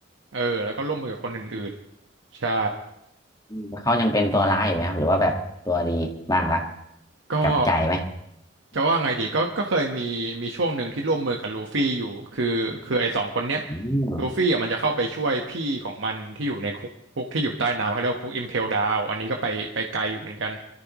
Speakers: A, on the right; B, on the left.
A: เออแล้วก็ร่วมมือกับคนอื่นๆใช่
B: อืมแล้วเขายังเป็นตัวร้ายอยู่ไหมครับหรือว่าแบบตัวดีบ้างละ
A: ก็
B: กลับใจไหม
A: จะว่าไงดีก็ก็เคยมีมีช่วงหนึ่งที่ร่วมมือกับลูฟี่อยู่คือคือไอ้สองคนเนี้ย
B: อืม
A: ลูฟี่อ่ะมันจะเข้าไปช่วยพี่ของมันที่อยู่ในคุกคุกที่อยู่ใต้น้ำเขาเรียกว่าคุกอิมเพลดาวอันนี้ก็ไปไปไกลอยู่เหมือนกัน